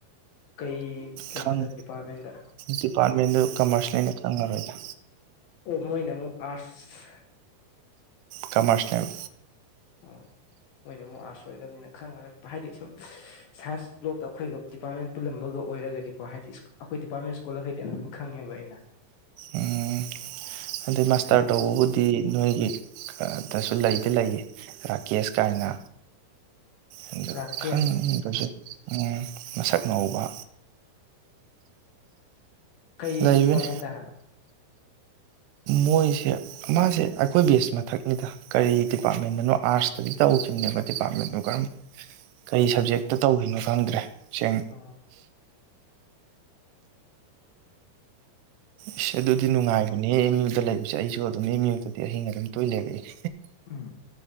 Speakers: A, on the left; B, on the right.
A: ꯀꯩ ꯀꯩꯅꯣꯗ
B: ꯈꯪ
A: ꯗꯤꯄꯥꯔꯠꯃꯦꯟꯗ
B: ꯗꯤꯄꯥ꯭ꯔꯠꯃꯦꯟ ꯗ ꯀꯃ꯭ꯔꯁ ꯂꯩꯅ ꯆꯪꯉꯔꯣꯏꯗ
A: ꯑꯣ ꯃꯣꯏꯅꯃꯨꯛ ꯑꯥ꯭ꯔꯠꯁ
B: ꯀꯃ꯭ꯔꯁꯅꯦ
A: ꯑꯥ ꯃꯣꯏꯅꯄꯨꯛ ꯑꯥ꯭ꯔꯠꯁ ꯑꯣꯏꯗꯕꯅꯤꯅ ꯈꯪꯉꯔꯣꯏ ꯍꯥꯏꯗꯤ ꯁꯨꯝ ꯁꯥꯏꯟꯁ ꯕ꯭ꯂꯣꯛꯇ ꯑꯩꯈꯣꯏꯒ ꯗꯤꯄꯥ꯭ꯔꯠꯃꯦꯟ ꯄꯨꯜꯂꯝꯕꯒ ꯑꯣꯏꯔꯒꯗꯤꯀꯣ ꯍꯥꯏꯗꯤ ꯑꯩꯈꯣꯏ ꯗꯤꯄꯥꯔꯠꯃꯦꯟ ꯏꯁꯀꯣꯜꯂ꯭ꯔ ꯒꯩꯗꯤ ꯑꯅꯝꯕ ꯈꯪꯉꯦ ꯉꯦꯕ ꯑꯩꯅ
B: ꯎꯝ ꯑꯗꯩ ꯃꯁꯇ꯭ꯔ
A: ꯑꯗꯨꯒꯤ
B: ꯇꯧꯕꯕꯨꯗꯤ ꯅꯣꯏꯒꯤ ꯑꯗꯁꯨ ꯂꯩꯗꯤ ꯂꯩꯌꯦ ꯔꯥꯀꯦꯁ ꯀꯥꯏꯅ
A: <inaudible>
B: ꯑꯗꯣ
A: ꯔꯥꯀꯦꯁ
B: ꯈꯪꯗ꯭ꯔꯁꯨ ꯎꯝ ꯃꯁꯛ ꯉꯧꯕ
A: ꯀꯩ
B: ꯂꯩꯕꯅꯤ
A: ꯗꯤꯄꯥ꯭ꯔꯠꯃꯦꯟꯗ ꯍꯥꯏꯕ
B: ꯃꯣꯏꯁꯦ ꯃꯥꯁꯦ ꯑꯩꯈꯣꯏ ꯕꯦꯁ ꯃꯊꯛꯅꯤꯗ ꯀꯔꯤ ꯗꯤꯄꯥ꯭ꯔꯠꯃꯦꯟꯗꯅꯣ ꯑꯥ꯭ꯔꯠꯁꯇꯒꯤ ꯇꯧꯋꯦ ꯨꯁꯤꯡꯅꯦꯕ ꯗꯤꯄꯥ꯭ꯔꯠꯃꯦꯟꯗꯨ ꯀꯔꯝ ꯀꯩ ꯁꯕꯖꯦꯛꯇ ꯇꯧꯔꯤꯅꯣ ꯈꯪꯗ꯭ꯔꯦ ꯁꯦꯡꯅ
A: ꯑ
B: ꯏꯁ ꯑꯗꯨꯗꯤ ꯅꯨꯡꯉꯥꯏꯕꯅꯦ ꯑꯦꯝ ꯌꯨꯗ ꯂꯩꯕꯁꯦ ꯑꯩꯁꯨ ꯑꯗꯨꯝ ꯑꯦꯝ ꯌꯨꯗꯗꯤ ꯑꯍꯤꯡ ꯑꯗꯨꯝ ꯇꯣꯏ ꯂꯦꯛꯂꯛꯑꯦ
A: ꯎꯝ